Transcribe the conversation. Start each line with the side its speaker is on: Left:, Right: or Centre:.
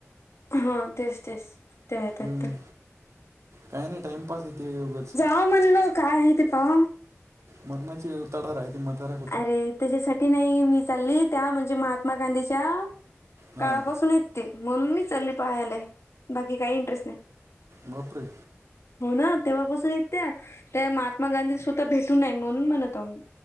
Left: हा तेच तेच ते, त्या येतात
Right: हं.
Left: ते.
Right: काय नाही टाइमपास येते उगच.
Left: हा म्हणलो काय, आहे ते पाहा.
Right: मरणाचे तडार आहे ते मधार आहे.
Left: अरे त्याच्यासाठी नाही मी चाललीत त्या म्हणजे, महात्मा गांधीच्या काळापासून
Right: हां
Left: येत. ते म्हणून मी चाली पाहायलाय बाकी काही इंटरेस्ट नाही.
Right: बापरे!
Left: हो.. ना.. तेव्हापासून येत्या. त्या महात्मा गांधी स्वतः भेटून नाही म्हणून म्हणत आम्ही.